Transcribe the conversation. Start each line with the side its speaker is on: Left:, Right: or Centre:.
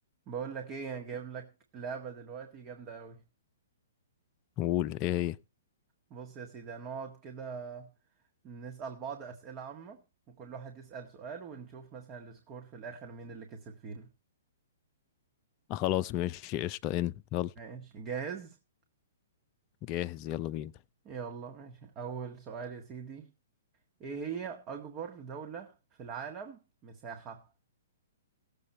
Right: بقول لك ايه انا جايب لك لعبة دلوقتي جامدة قوي
Left: قول ايه هي؟
Right: بص يا سيدي هنقعد كده نسأل بعض أسئلة عامة وكل واحد يسأل سؤال ونشوف مثلا السكور في الآخر مين اللي كسب فينا
Left: آه خلاص ماشي قشطة ان يلا
Right: ماشي جاهز
Left: جاهز يلا بينا
Right: يلا ماشي أول سؤال يا سيدي ايه هي أكبر دولة في العالم مساحة